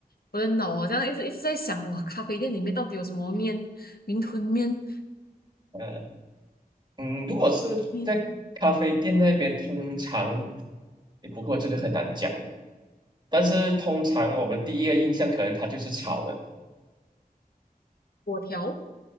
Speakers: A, on the left; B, on the right.
A: 我的脑好像一直一直在想，哇，咖啡店里面到底有什么面？云吞面、
B: 嗯、嗯，如果是在咖啡店那边，
A: 面
B: 通常，诶不过这个很难讲，但是通常我们第一个印象可能它就是炒的，
A: 粿条，